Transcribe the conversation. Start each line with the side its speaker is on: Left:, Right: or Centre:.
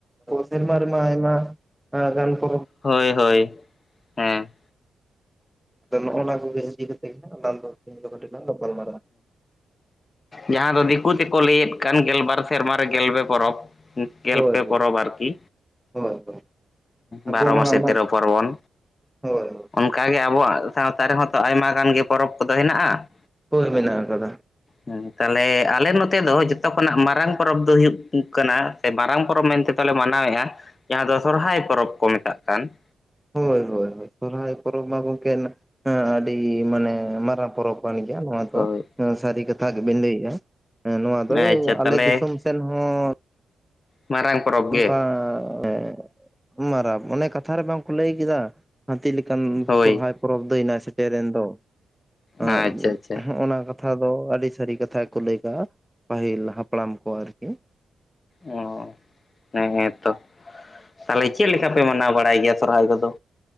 Centre: ᱥᱮᱢᱟ ᱨᱮ ᱢᱟ ᱟᱭᱢᱟ ᱩᱱᱟᱹᱜ ᱜᱟᱱ ᱠᱚ
Left: ᱦᱳᱭ ᱦᱳᱭ, ᱦᱮᱸ
Centre: ᱟᱫᱚ ᱱᱚᱜᱼ ᱚᱭᱱᱚᱣᱟ ᱠᱚᱜᱮ ᱤᱫᱤ ᱠᱟᱛᱮᱜ ᱜᱮ ᱱᱷᱟᱜ ᱟᱞᱟᱝ ᱫᱚ ᱛᱮᱦᱮᱧ ᱫᱚ ᱴᱟᱹᱴᱤᱡ ᱞᱟᱝ ᱜᱟᱯᱟᱞ ᱢᱟᱨᱣᱟ ᱾
Left: ᱡᱟᱦᱟᱸ ᱫᱚ ᱫᱤᱠᱩ ᱛᱮᱠᱚ ᱞᱟᱹᱭᱮᱫ ᱠᱟᱱ, ᱜᱮᱞᱵᱟᱨ ᱥᱮᱨᱢᱟ ᱨᱮ ᱜᱮᱞᱵᱮ ᱯᱚᱨᱚᱵᱽ ᱾ ᱜᱮᱞ
Centre: ᱦᱳᱭ
Left: ᱯᱮ
Centre: ᱦᱳᱭ
Left: ᱯᱚᱨᱚᱵᱽ ᱟᱨᱠᱤ,
Centre: ᱦᱳᱭ ᱦᱳᱭ ᱟᱵᱚ
Left: ᱵᱟᱨᱚ
Centre: ᱢᱟ
Left: ᱢᱟᱥᱮ
Centre: ᱚᱱᱟ
Left: ᱛᱮᱨᱚ ᱯᱟᱨᱵᱚᱱ,
Centre: ᱦᱳᱭ
Left: ᱚᱱ ᱡᱟᱜᱮ ᱟᱵᱚᱣᱟᱜ ᱥᱟᱶᱛᱟ ᱨᱮᱦᱚᱸ ᱛᱚ ᱟᱭᱢᱟ ᱜᱟᱱ ᱜᱮ ᱯᱚᱨᱚᱵᱽ ᱠᱚᱫᱚ ᱦᱮᱱᱟᱜ-ᱟ ᱾
Centre: ᱦᱳᱭ ᱢᱮᱱᱟᱜ ᱟᱠᱟᱫᱟ ᱾
Left: ᱦᱮᱸ ᱛᱟᱦᱚᱞᱮ ᱟᱞᱮ ᱱᱚᱛᱮ ᱫᱚ ᱡᱚᱛᱚ ᱠᱷᱚᱱᱟᱜ ᱢᱟᱨᱟᱝ ᱯᱚᱨᱚᱵᱽ ᱫᱚ ᱦᱩᱭᱩᱜ ᱠᱟᱱᱟ ᱾ ᱥᱮ ᱢᱟᱨᱟᱝ ᱯᱚᱨᱚᱵᱽ ᱢᱮᱱᱛᱮ ᱛᱞᱮ ᱢᱟᱱᱟᱣᱮᱫ-ᱟ ᱾ ᱡᱟᱦᱟᱸ ᱫᱚ ᱥᱚᱨᱦᱟᱭ ᱯᱚᱨᱚᱵᱽ ᱠᱚ ᱢᱮᱛᱟᱜ ᱠᱟᱱ ᱾
Centre: ᱦᱳᱭ ᱦᱳᱭ ᱥᱚᱨᱦᱟᱭ ᱯᱚᱨᱚᱵᱽ ᱢᱟ ᱜᱚᱝᱠᱮ ᱱᱟ ᱟᱹᱰᱤ ᱢᱟᱱᱮ ᱢᱟᱨᱟᱝ ᱯᱚᱨᱚᱵᱽ ᱱᱚᱣᱟ ᱫᱚ
Left: ᱦᱳᱭ
Centre: ᱥᱟᱹᱨᱤ ᱠᱟᱛᱷᱟ ᱜᱮᱵᱤᱱ ᱞᱟᱹᱭᱮᱜᱼᱟ, ᱱᱚᱣᱟ ᱫᱚ
Left: ᱟᱪᱪᱷᱟ ᱛᱟᱦᱚᱞᱮ
Centre: ᱟᱞᱮ ᱫᱤᱥᱚᱢ ᱥᱮ ᱥᱮᱱ ᱦᱚᱸ
Left: ᱢᱟᱨᱟᱝ ᱯᱚᱨᱚᱵᱽ, ᱜᱮ
Centre: ᱱᱚᱝᱠᱟ ᱮᱸ ᱢᱟᱨᱟᱵ ᱚᱱᱮ ᱠᱟᱛᱷᱟ ᱨᱮ ᱵᱟᱝᱠᱚ ᱞᱟᱹᱭ ᱠᱮᱫᱟ ᱾ ᱦᱟᱛᱤ ᱞᱮᱠᱟᱱ
Left: ᱦᱳᱭ
Centre: ᱥᱚᱨᱦᱟᱭ ᱯᱚᱨᱚᱵᱽ ᱫᱟᱹᱭ ᱱᱟ ᱥᱮᱴᱮᱨᱮᱱ ᱫᱚ ᱾
Left: ᱟᱪᱪᱷᱟ
Centre: ᱟᱨ
Left: ᱟᱪᱪᱷᱟ
Centre: ᱦᱚᱸᱜ-ᱚᱱᱟ ᱠᱟᱛᱷᱟ ᱫᱚ ᱟᱹᱰᱤ ᱥᱟᱹᱨᱤ ᱠᱟᱛᱷᱟ ᱜᱮ ᱠᱚ ᱞᱟᱹᱭ ᱠᱟᱜ-ᱟ ᱾ ᱯᱟᱹᱦᱤᱞ ᱦᱟᱯᱲᱟᱢ ᱠᱚ ᱟᱨᱠᱤ,
Left: ᱚ ᱦᱮᱸ ᱦᱮᱸ ᱛᱚ, ᱛᱟᱦᱚᱞᱮ ᱪᱮᱫ ᱞᱮᱠᱟᱯᱮ ᱢᱟᱱᱟᱣ ᱵᱟᱲᱟᱭ ᱜᱮᱭᱟ, ᱥᱚᱨᱦᱟᱭ ᱠᱚᱫᱚ?